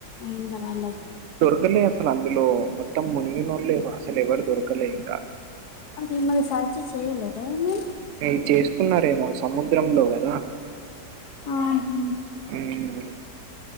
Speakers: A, on the left (about 65°); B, on the right (about 80°).
A: అయిందా వాళ్ళకి
B: ఎవరు లేరు అసలు అందులో మొత్తం మునిగినోళ్ళె అసలు ఎవరు దొరకలే ఇంకా
A: అది మరి సర్చ్ చేయలేదా ఏమైనా
B: ట్రై చేస్త చూసున్నారేమో సముద్రంలో కదా
A: ఆహా
B: ఉమ్